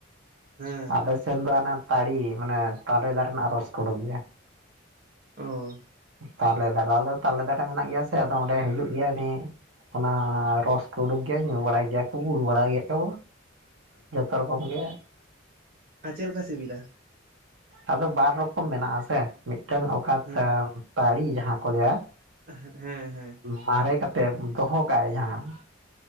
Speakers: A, on the right (about 45°); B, on the right (about 80°).
A: ᱦᱮᱸ
B: ᱟᱞᱮ ᱥᱮᱱᱫᱚ ᱚᱱᱟ ᱛᱟᱹᱲᱤ ᱢᱟᱱᱮ ᱛᱟᱞᱮ ᱫᱟᱨᱮᱱᱟᱜ ᱨᱚᱥ ᱠᱚ ᱩᱰᱩᱠ ᱜᱮᱭᱟ
A: ᱚ
B: ᱛᱟᱞᱮ <unintelligible> ᱛᱟᱞᱮ ᱫᱟᱨᱮ ᱢᱮᱱᱟᱜ ᱜᱮᱭᱟ ᱥᱮ ᱟᱫᱚ ᱚᱸᱰᱮ ᱦᱤᱡᱩᱜ ᱜᱮᱭᱟ ᱩᱱᱤ ᱚᱱᱟ ᱨᱚᱥ ᱠᱚ ᱩᱰᱩᱠ ᱜᱮᱭᱟ ᱧᱩ ᱵᱟᱲᱟᱭ ᱜᱮᱭᱟ ᱠᱚ ᱵᱩᱞ ᱵᱟᱲᱟᱭ ᱜᱮᱭᱟ ᱠᱚ
A: <inaudible>
B: ᱡᱚᱛᱚ ᱨᱚᱠᱚᱢ ᱜᱮ
A: ᱟᱨ ᱪᱮᱫ ᱞᱮᱠᱟ ᱥᱤᱵᱤᱞᱟ
B: ᱟᱫᱚ ᱵᱟᱨ ᱨᱚᱠᱚᱢ ᱢᱮᱱᱟᱜ ᱥᱮ ᱢᱤᱫᱴᱟᱝ ᱚᱠᱟ
A: ᱦᱮᱸ
B: ᱛᱟᱲᱤ ᱡᱟᱦᱟᱸ ᱠᱚ ᱞᱟᱹᱭᱟ
A: ᱦᱮᱸ ᱦᱮᱸ
B: ᱢᱟᱨᱮ ᱠᱟᱛᱮ ᱫᱚᱦᱚ ᱠᱟᱜᱼᱟᱭ ᱡᱟᱦᱟᱸ